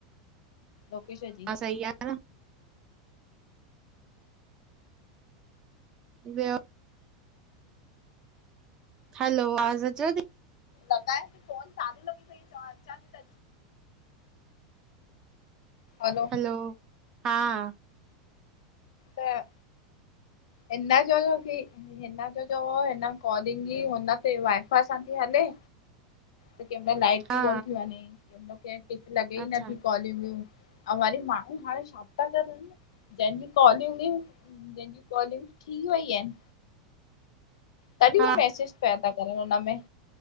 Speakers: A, on the left; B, on the right.
A: लोकेश जी।
B: सई आहे न? वियो हलो आवाज़ु अचेव थी।
A: लॻाइस फ़ोनु चालू लॻी पई अथव अचां थी त <unintelligible> हलो
B: दु हा <unintelligible>
A: त, हिन जो हुयो कि हिन जो जो हिन कॉलिंग जी ई हुन ते वाई-फाई सां थी हले। त कहिं मइल लाइट
B: हा
A: थी गुल थी वञें त कंहिं मईल लॻे ई
B: अच्छा।
A: नथी कोॉलिंग। ऐं वरी माण्हू हाणे छा था करनि जंहिंजी कॉलिंग बि जंहिंजी कॉलिंग थी वई आहिनि। तॾहिं
B: हा
A: हो मैसेज पिया था करनि हिन में।